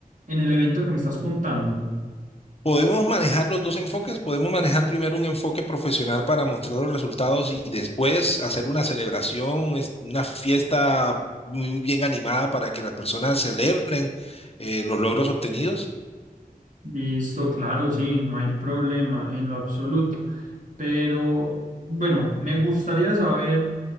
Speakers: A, on the right; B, on the left.
A: en el evento que me estás contando?
B: Podemos manejar los dos enfoques, podemos manejar primero un enfoque profesional para mostrar los resultados y después hacer una celebración, es- una fiesta muy bien animada para que las personas celebren eh, los logros obtenidos.
A: Listo, claro, sí, no hay problema en lo absoluto. Pero bueno, me gustaría saber